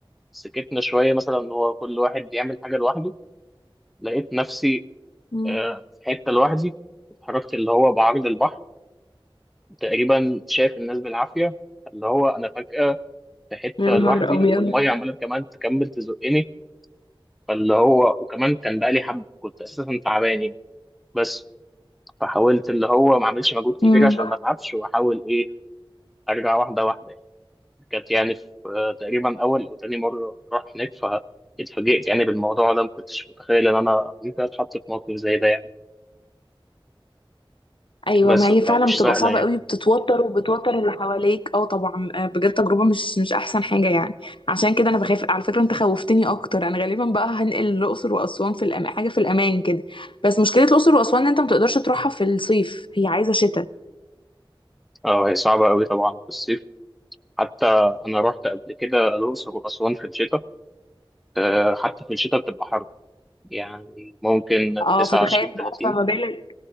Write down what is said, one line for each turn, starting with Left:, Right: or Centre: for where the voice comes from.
Centre: سكتنا شوية مثلا إن هو كل واحد بيعمل حاجة لوحده لقيت نفسي
Left: مم.
Centre: آه، في حتة لوحدي اتحركت اللي هو بعرض البحر تقريبا شايف الناس بالعافية اللي هو أنا فجأة في حتة
Left: يا نهار
Centre: لوحدي
Left: ابيض
Centre: والمية عمالة كمان تكمل تزقني فاللي هو وكمان كان بقالي حبة كنت أساسا تعبان يعني بس فحاولت اللي هو ما اعملش مجهود كبير
Left: مم.
Centre: عشان ما اتعبش واحاول ايه ارجع واحده واحده يعني كانت يعني في آه، تقريبا اول او تاني مره اروح هناك فاتفاجئت يعني بالموضوع ده ما كنتش متخيل ان انا ممكن اتحط في موقف زي ده يعني
Left: ايوه
Centre: بس
Left: ما هي
Centre: بتبقى
Left: فعلا
Centre: مش
Left: بتبقى
Centre: سهله
Left: صعبه
Centre: يعني
Left: قوي بتتوتر وبتوتر اللي حواليك اه طبعا آه، بجد تجربه مش مش احسن حاجه يعني عشان كده انا بخاف على فكره انت خوفتني اكتر انا غالبا بقى هنقل الاقصر واسوان في الأم... حاجه في الامان كده بس مشكله الاقصر واسوان ان انت ما تقدرش تروحها في الصيف هي عايزه شتاء
Centre: اه هي صعبه قوي طبعا في الصيف حتى انا رحت قبل كده الاقصر واسوان في الشتاء آه، حتى في الشتاء بتبقى حر يعني ممكن
Left: اه
Centre: 29
Left: فتخيل بقى
Centre: 30
Left: فما بالك